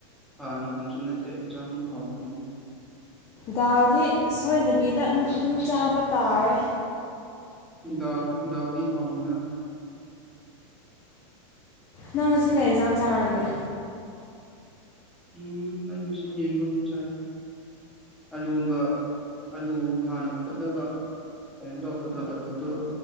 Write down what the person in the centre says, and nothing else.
ꯍꯥꯟꯅꯒꯨꯝꯅꯁꯨ ꯅꯠꯇꯦ ꯏꯟꯖꯥꯡ ꯑꯗꯨꯝ ꯍꯥꯎꯔꯝꯒꯅꯤ
ꯗꯗꯥ ꯗꯗꯤ ꯍꯥꯎꯅꯤꯅ
ꯎꯝ ꯑꯩ ꯉꯁꯤ ꯌꯦꯟ ꯔꯨꯝ ꯆꯥꯏ ꯑꯥꯂꯨꯒ ꯑꯂꯨ ꯍꯥꯟꯅ ꯐꯨꯠꯂꯒ ꯀꯩꯅꯣ ꯇꯧꯕꯗꯣ ꯑꯂꯨꯗ